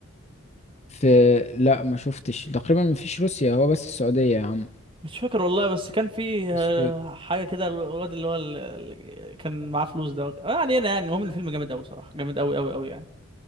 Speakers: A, on the left; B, on the right.
A: في لا ما شفتش تقريبا ما فيش روسيا هو بس السعودية يا عم
B: مش فاكر والله بس كان في
A: بس
B: آه، حاجة كده الواد اللي هو ال- ال- كان معاه فلوس ده ما علينا يعني المهم الفيلم جامد أوي صراحة جامد أوي أوي أوي يعني